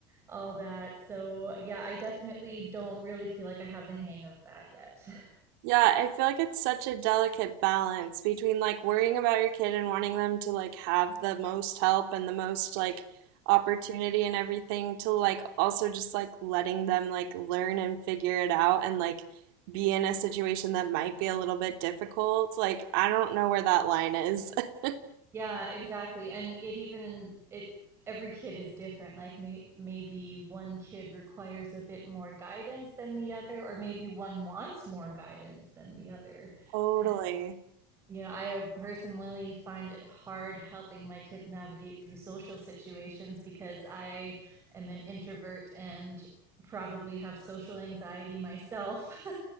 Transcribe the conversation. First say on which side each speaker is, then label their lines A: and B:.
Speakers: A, on the right; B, on the right.
A: all that. So, yeah, I definitely don't really feel like I have the hang of that yet. <laughs>
B: Yeah, I feel like it's such a delicate balance between like worrying about your kid and wanting them to like have the most help and the most like opportunity and everything to like also just like letting them like learn and figure it out and like be in a situation that might be a little bit difficult. Like, I don't know where that line is. <laughs>
A: Yeah, exactly. And it even it every kid is different. Like may, maybe one kid requires a bit more guidance than the other, or maybe one wants more guidance than the other.
B: Totally.
A: And, you know, I personally find it hard helping my kids navigate through social situations because I am an introvert and probably have social anxiety myself. <laughs>